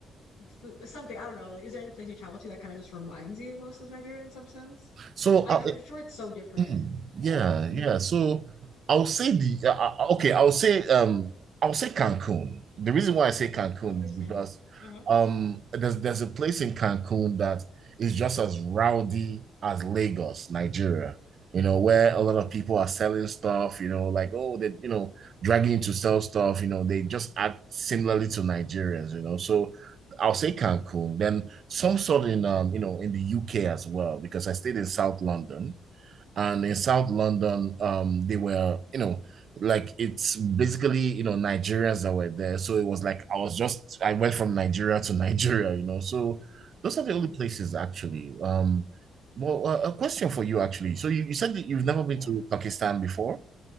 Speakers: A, on the left (about 85°); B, on the right (about 55°).
A: food something I don't know like is there any place you travel to that kind of just reminds you most of Nigeria in some sense?
B: So
A: I
B: uh,
A: know I'm sure it's so different,
B: Mm, yeah,
A: but Mhm.
B: yeah. So I'll say the uh, uh, okay. I'll say um I'll say Cancun. The reason why I say Cancun
A: Oh, interesting.
B: is because
A: Uh-huh.
B: um there's there's a place in Cancun that is just as rowdy as Lagos, Nigeria. You know, where a lot of
A: Mm.
B: people are selling stuff. You know, like oh they you know dragging to sell stuff. You know, they just act similarly to Nigerians. You know, so. I'll say Cancun, then some sort in um, you know, in the UK as well, because I stayed in South London and in South London, um, they were, you know, like it's basically, you know, Nigerians that were there. So it was like I was just I went from Nigeria to <laughs> Nigeria, you know. So those are
A: Mm.
B: the only places actually. Um, well, uh, a question for you actually. So you, you said that you've never been
A: Yeah.
B: to Pakistan before.